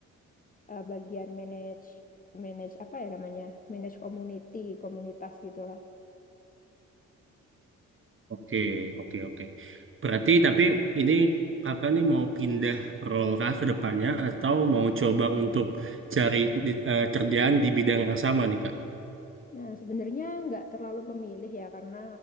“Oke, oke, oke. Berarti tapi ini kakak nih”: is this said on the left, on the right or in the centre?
Right